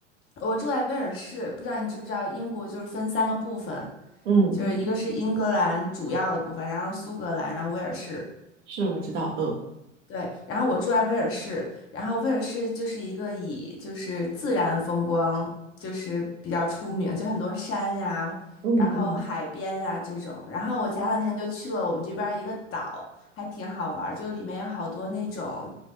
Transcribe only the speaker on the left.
我住在威尔士，不知道你知不知道，英国就是分三个部分，
就是一个是英格兰主要的部分，然后苏格兰，然后威尔士。
对，然后我住在威尔士，然后威尔士就是一个以就是自然风光就是比较出名，就很多山呀，
然后海边呀这种。然后我前两天就去了我们这边儿一个岛，还挺好玩儿就里面有好多那种，